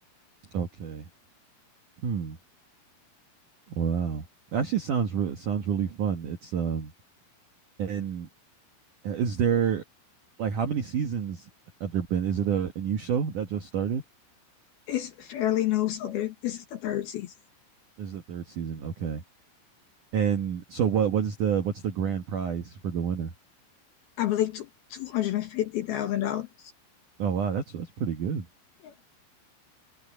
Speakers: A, on the right; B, on the left.
A: Okay. Hmm. Wow. Actually sounds re- sounds really fun. It's um and uh, is there like how many seasons have there been? Is it a, a new show that just started?
B: It's fairly new, so there, this is the third season.
A: This is the third season. Okay. And so what what is the what's the grand prize for the winner?
B: I believe two two hundred and fifty thousand dollars.
A: Oh wow, that's that's pretty good.
B: Yeah.